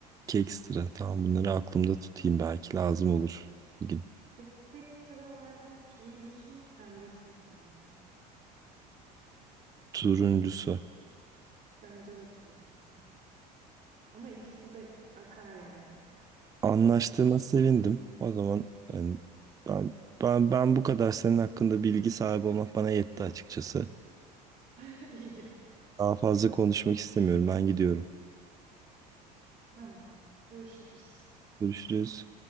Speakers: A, on the right; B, on the right.
A: kekstra. Tamam bunları aklımda tutayım belki lazım olur bir gün.
B: Peki kek sıralardan turuncusu mu pembesi mi sence?
A: Turuncusu.
B: Bence de turuncusu. Ama ikisi de akar yani.
A: Anlaştığıma sevindim. O zaman hani ben ben ben bu kadar senin hakkında bilgi sahibi olmak bana yetti açıkçası.
B: <laughs> İyi.
A: Daha fazla konuşmak istemiyorum. Ben gidiyorum.
B: Tamam. Görüşürüz.
A: Görüşürüz.